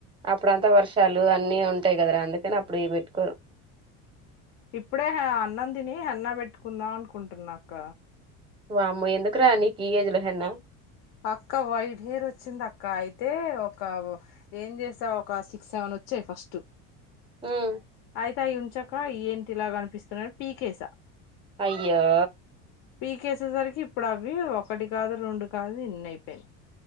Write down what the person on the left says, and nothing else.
ఇప్పుడే అన్నం తిని హేన్న పెట్టుకుందాం అనుకుంటున్నాక్క
అక్క వైట్ హెయిర్ వచ్చింది అక్క అయితే ఒక ఏం చేసా ఒక సిక్స్ సెవెన్ వచ్చాయి ఫస్ట్
అయితే అయి ఉంచక ఏంటిలాగ క నిపిస్తున్నాయాని పీకేసా
పీకేసేసరికి ఇప్పుడు అవి ఒకటి కాదు రెండు కాదు ఇన్ని అయిపోయినాయి